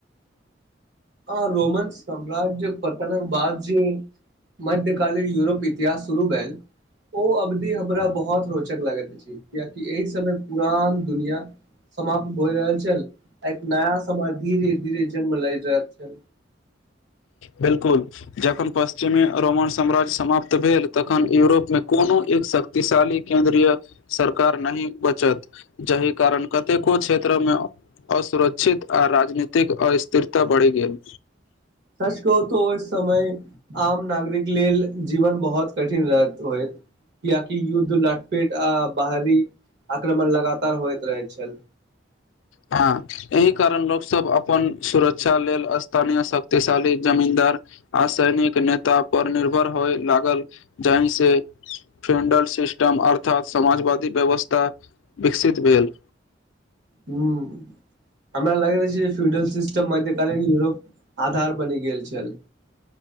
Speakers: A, on the right; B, on the left.
A: आ रोमन साम्रााज्य पतनक बाद जे मध्य कालीन यूरोप इतिहास शुरू भेल ओ अवधि हमरा बहुत रोचक लागैत अछि कियाकि एहि समय पुरान दुनिया समाप्त भइ रहल छल आ नया समाज धीरे धीर जनम लै रहल छै
B: बिलकुल जखन पश्चिमी रोमन साम्राज्य समाप्त भेल तखन यूरोप में कोनो एक शक्ति शक्तिशाली केंन्द्रीय सरकार नहि बचत जाहि कारण कतेको क्षेत्रमे असुरक्षित आ राजनीतिक अस्थिरता बढ़ि गेल
A: सच कहू त ओ समय आम नागरिक लेल जीवन बहुत कठिन रहत होइत कियाकि युद्ध लटपेट आ बाहरी आक्रमण लगातार होइत रहैत छल।
B: हँ एहि कारण लोक सब अपन सुरक्षा लेल स्थानीय शक्तिशाली जमींदार आ सैनिक नेता पर निर्भर होय लागल जाहि से फ्रेंडल सिस्टम अर्थात समाजवादी व्यवस्था विकसित भेल।
A: हूं हमरा लागैत रहत अछि जे फ्यूडरल सिस्टम मध्य कालीन यूरोप आधार बनी गेल छेल।